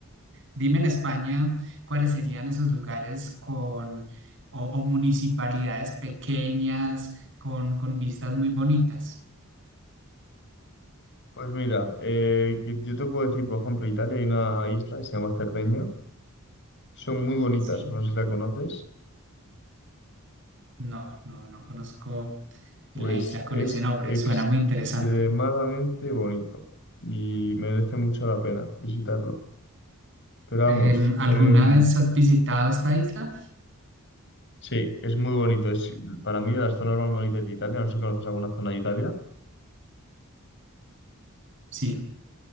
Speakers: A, on the right (about 60°); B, on the left (about 55°).
A: Dime en España cuáles serían esos lugares con o, o municipalidades pequeñas con, con vistas muy bonitas.
B: Pues mira, eh, yo yo te puedo decir, por ejemplo, Italia hay una isla que se llama Cerdeña, son muy bonitas,
A: Sí,
B: no sé si la conoces.
A: no, no, no conozco
B: Pues
A: la isla con
B: es
A: ese nombre,
B: extremadamente
A: suena muy interesante.
B: bonito y merece mucho la pena visitarlo. Pero vamos,
A: Em, ¿alguna
B: em,
A: vez has visitado esta isla?
B: sí, es muy bonito. Es para mí de las zonas más bonitas de Italia. No sé si conoces alguna zona de Italia.
A: Sí.